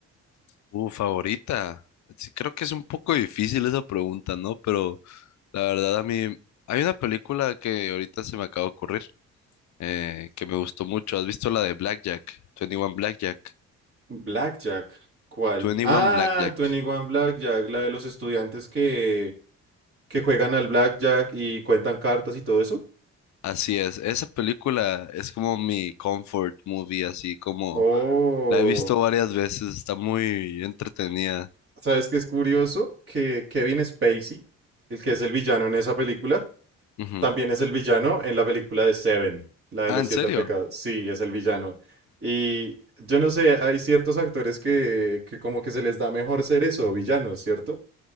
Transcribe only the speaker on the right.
Blackjack, ¿cuál?
Ah,
21 Blackjack, la de los estudiantes que, que juegan al Blackjack y cuentan cartas y todo eso.
Oh.
¿Sabes qué es curioso? Que Kevin Spacey, el que es el villano en esa película,
también es el villano en la película de Seven, la de
los
siete
pecados. Sí, es el villano. Y yo no sé, hay ciertos actores que, que como que se les da mejor ser eso, villanos, ¿cierto?